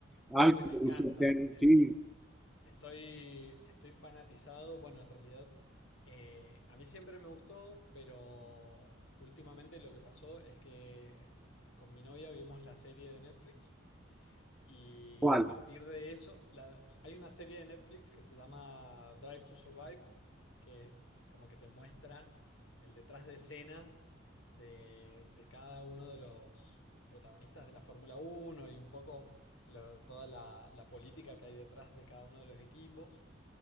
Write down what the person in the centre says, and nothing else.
Algo
me
gusta el tenis,
sí.
¿Cuál?